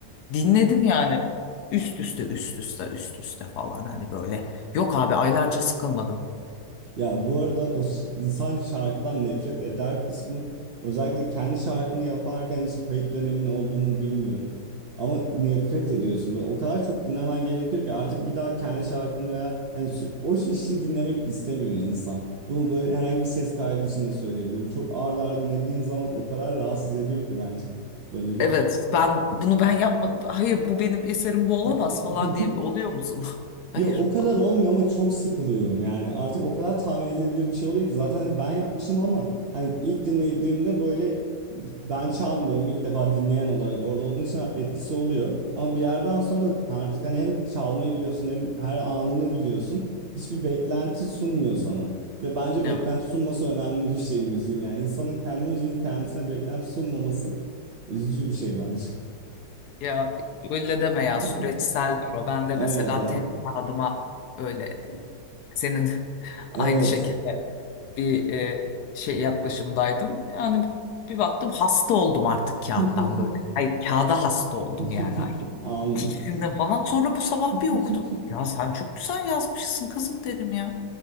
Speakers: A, on the left; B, on the right.
A: Dinledim yani üst üste üst üste üst üste falan hani böyle. Yok abi
B: <laughs>
A: aylarca sıkılmadım.
B: Ya bu arada o ş- insan şarkıdan nefret eder kısmı özellikle kendi şarkını yaparken hiç kayıt dönemin oldu mu bilmiyorum. Ama nefret ediyorsun. Böyle o kadar çok dinlemen gerekiyor ki artık bir daha kendi şarkını veya hani sü- o işi dinlemek istemiyor insan. Bunu böyle herhangi bir ses kaydı için de söyleyebilirim. Çok ard arda dinlediğin zaman o kadar rahatsız ediyor ki bence. Böyle bir
A: Evet ben bunu ben yapmadım. Hayır bu benim eserim bu olamaz
B: <laughs>
A: falan diye oluyor musun? <laughs> Hayır
B: Ya o kadar
A: falan.
B: olmuyor ama çok sıkılıyorum yani artık o kadar tahmin edilebilir bir şey oluyor ki zaten hani ben yapmışım ama hani ilk dinlediğimde böyle ben çalmıyorum ilk defa dinleyen olarak orada olduğun için etkisi oluyor ama bir yerden sonra artık hani hem çalmayı biliyorsun hem her anını biliyorsun hiçbir beklenti sunmuyor sana ve bence
A: Evet.
B: beklenti sunması önemli bir şey müziğin yani insanın kendi müziğinin kendisine beklenti sunmaması üzücü bir şey bence.
A: Ya öyle deme
B: <laughs>
A: ya süreçseldir o. Ben de
B: Evet
A: mesela
B: evet.
A: test kağıdıma öyle
B: <laughs>
A: senin <laughs>
B: Evet.
A: aynı şekilde bir e, şey yaklaşımdaydım. Yani bir baktım hasta oldum artık
B: <laughs>
A: kağıttan böyle. Hayır kağıda hasta oldum
B: <laughs>
A: yani.
B: Anladım.
A: fikrinden falan. Sonra bu sabah
B: <laughs>
A: bir okudum. Ya sen çok güzel yazmışsın kızım dedim ya.